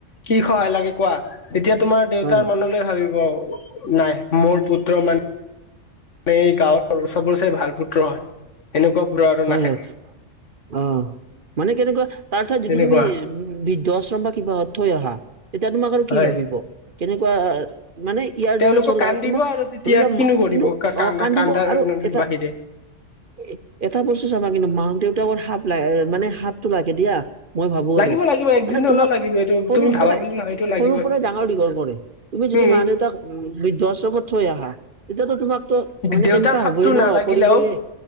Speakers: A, on the left; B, on the right.
A: কি সহায় লাগে কোৱা? এতিয়া তোমাৰ দেউতাৰ
B: হয়
A: মনলৈ ভাবিব নাই, মোৰ পুত্ৰ মান নে এই গাঁৱৰ চবৰচে ভাল পুত্ৰ হয়। এনেকুৱা পুত্ৰ আৰু
B: হয়
A: নাথাকে
B: হয়, অ মানে কেনেকুৱা তাৰ ঠাইত যদি
A: তেনেকুৱা
B: তুমি উম বৃদ্ধ আশ্ৰম বা কিবা থৈ আহা তেতিয়া তোমাক আৰু কি
A: হয়
B: ভাবিব কেনেকুৱা মানে ইয়াৰ
A: তেওঁলোকক
B: দৰে চল
A: কান্দিব
B: তোমাৰ
A: আৰু তেতিয়া
B: ধৰি লোৱা
A: কিনো
B: মা
A: কৰিব
B: কিন্তু
A: কান্দা
B: অ কান্দিব
A: কান্দাৰ
B: আৰু এটা
A: বাহিৰে
B: এ এটা বস্তু চাবা কিন্তু মা - দেউতাকৰ হাপ লা মানে হাপটো লাগে দিয়া। মই ভাবো
A: লাগিব
B: আৰু
A: লাগিব একদিন
B: মানে তোমাক
A: হলেও লাগিব এইটো
B: সৰুৰ
A: তুমি ভাবা
B: পৰাই
A: বুলি নহয় এইটো লাগিবই
B: সৰুৰ পৰাই ডাঙৰ - দীঘল কৰে। তুমি যদি
A: উম
B: মা - দেউতাক উম বৃদ্ধ আশ্ৰমত থৈ আহা তেতিয়াতো তোমাকতো মানে
A: দেউতাৰ
B: এনেকা
A: খাপটো
B: হবয়ে ন
A: নালাগিলেও
B: কৰিবয়ে।